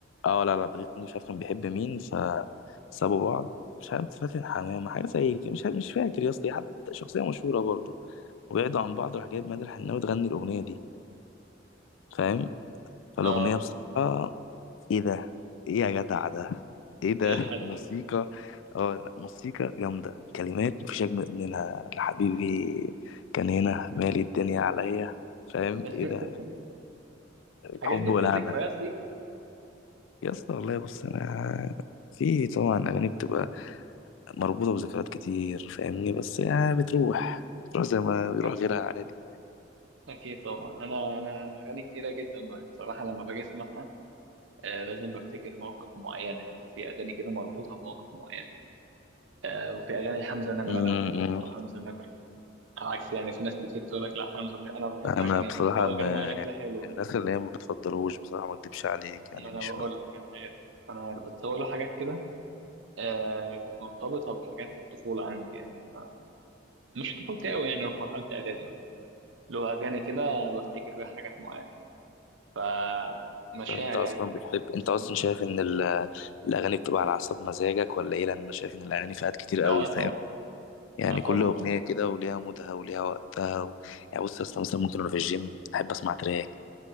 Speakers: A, on the left; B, on the right.
A: اه لا لا بليغ حمدي مش عارف كان بيحب مين فسابوا بعض مش عارف فاتن حمامة حاجة زي كده مش عارف مش فاكر يا اسطى حد شخصية مشهورة برضه وبعدوا عن بعض راح جايب مادر الحناوي تغني الأغنية دي فاهم فالاغنيه
B: اه
A: بصراحه ايه ده ايه يا جدع ده ايه ده
B: ايه الحلاوه
A: موسيقى
B: دي
A: اه لا، موسيقى جامده كلمات مفيش اجمل منها لحبيبي كان هنا مالي الدنيا عليا فاهم
B: <laughs>
A: ايه ده
B: الحاجات
A: حب
B: دي
A: ولعنه
B: فيها ذكريات ليك
A: يا اسطى والله بص انا في طبعا اغاني بتبقى مربوطه بذكريات كتير فاهمني بس يعني بتروح بتروح زي ما بيروح
B: أكيد
A: غيرها عادي
B: أكيد طبعا أنا أنا أنا أغاني كتيرة جدا بقى بصراحة لما باجي أسمعها آه لازم بفتكر مواقف معينة يعني في أغاني كده مربوطة بمواقف معينة آه وفي اغاني حمزه نمر
A: م-
B: انا بحب برضه
A: م.
B: حمزه نمر على عكس يعني في ناس كتير تقول لك لا حمزه مش- انا بحب
A: انا
B: اغاني
A: بصراحه
B: اللي هو
A: ما
B: اغاني معينه
A: يعني
B: كده حلوه
A: الناس اللي هي ما بتفضلوش بصراحه ما اكدبش عليك
B: ما
A: يعني
B: انا
A: مش
B: بقول
A: من
B: لك انا عارف انا عارف بس هو له حاجات كده آه كانت مرتبطه بحاجات في الطفوله عندي يعني أنا مش طفولتي قوي يعني في مرحله اعدادي مثلا له اغاني كده بفتكر بيها حاجات معينه فمشاعر
A: طب انت اصلا
B: يعني حاجات
A: بتحب
B: معينه
A: انت
B: فهمت
A: اصلا شايف ان ال- الاغاني بتبقى على حسب مزاجك ولا ايه لان انا شايف ان الاغاني فئات كتير قوي
B: اه
A: فاهم
B: طبعا
A: يعني
B: اه طبعا
A: كل اغنيه كده وليها مودها وليها وقتها و... يعني بص اصلا مثلا ممكن انا في الجيم احب اسمع تراك